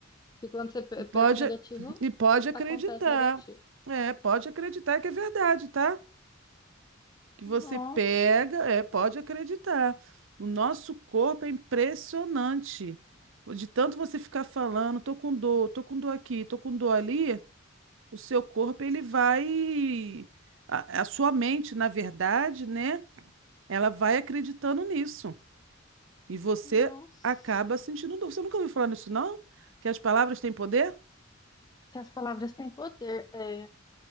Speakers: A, on the left (about 20°); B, on the right (about 65°).
A: que quando você pe-
B: E pode,
A: pensa negativo,
B: e pode acreditar.
A: acontece negativo.
B: É, pode acreditar que é verdade, tá? Que você
A: Nossa,
B: pega, é, pode acreditar. O nosso corpo é impressionante. De tanto você ficar falando, tô com dor, tô com dor aqui, tô com dor ali, o seu corpo ele vai a, a sua mente, na verdade, né? Ela vai acreditando nisso. E você
A: nossa.
B: acaba sentindo dor. Você nunca ouviu falar nisso, não? Que as palavras têm poder?
A: Que as palavras têm poder. É.